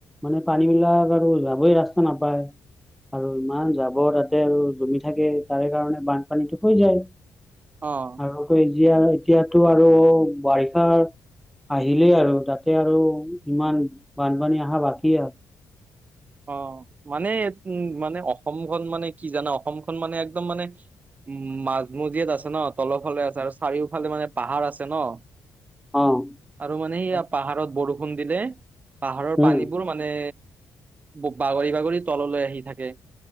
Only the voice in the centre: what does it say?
মানে পানীবিলাক আৰু যাবই ৰাস্তা নাপায়। আৰু ইমান জাবৰ তাতে আৰু জমি থাকে, তাৰে কাৰণে বানপানীটো হৈ যায়।
আৰু টো এতিয়া এতিয়াতো আৰু বাৰিষা আহিলেই আৰু তাতে আৰু ইমান বানপানী আহা বাকী
অ'।
তাত-
উম